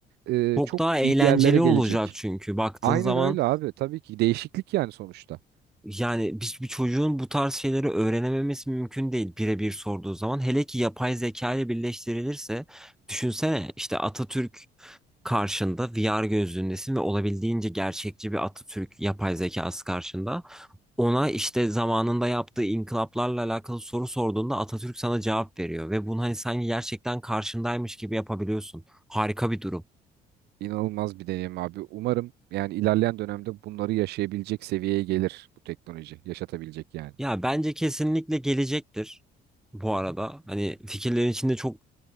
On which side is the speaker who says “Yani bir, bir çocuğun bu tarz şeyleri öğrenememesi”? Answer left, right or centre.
Centre